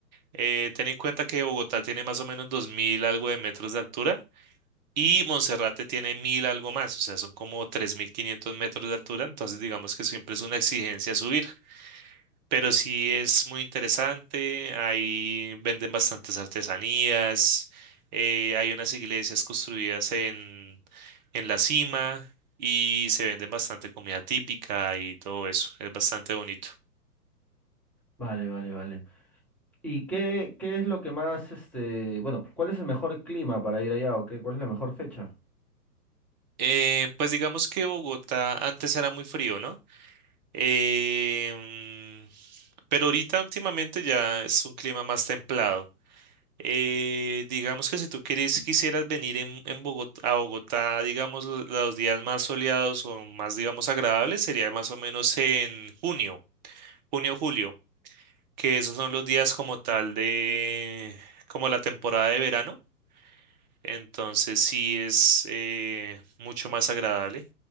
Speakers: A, on the right (about 30°); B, in the centre.
A: Eh, ten en cuenta que Bogotá tiene más o menos 2.000 algo de metros de altura. Y Monserrate tiene mil algo más, o sea, son como 3.500 metros de altura, entonces digamos que siempre es una exigencia subir. Pero sí es muy interesante, ahí venden bastantes artesanías, eh, hay unas iglesias construidas en, en la cima y se venden bastante comida típica y todo eso, es bastante bonito.
B: Vale, vale, vale. ¿Y qué, qué es lo que más, este, bueno, cuál es el mejor clima para ir allá o qué, cuál es la mejor fecha?
A: Eh, pues digamos que Bogotá antes era muy frío, ¿no? Em, pero ahorita últimamente ya es un clima más templado. Eh, digamos que si tú quieres, quisieras venir en, en Bogotá, a Bogotá, digamos, lo- los días más soleados o más, digamos, agradables, sería más o menos en junio, junio, julio, que esos son los días como tal de, como la temporada de verano. Entonces sí es eh, mucho más agradable.